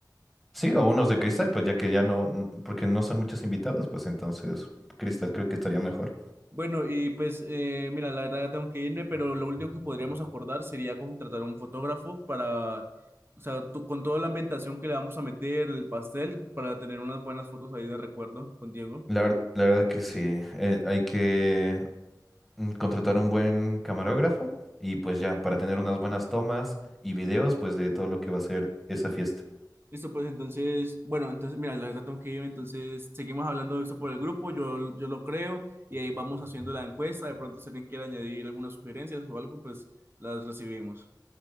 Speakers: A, in the centre; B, on the right.
A: Sí, o unos de cristal, pues ya que ya no, n- porque no son muchos invitados, pues entonces cristal creo que estaría mejor.
B: Bueno, y pues eh, mira, la verdad ya tengo que irme, pero lo último que podríamos acordar sería contratar un fotógrafo para, o sea, tú- con toda la ambientación que le vamos a meter, el pastel, para tener unas buenas fotos ahí de recuerdo con Diego.
A: La, ver- la verdad que sí, eh, hay que mm, contratar un buen camarógrafo y pues ya, para tener unas buenas tomas y videos, pues de todo lo que va a ser esa fiesta.
B: Listo, pues entonces, bueno, entonces mira, la verdad tengo que irme, entonces seguimos hablando de esto por el grupo, yo, yo lo creo, y ahí vamos haciendo la encuesta, de pronto si alguien quiere añadir algunas sugerencias o algo, pues las recibimos.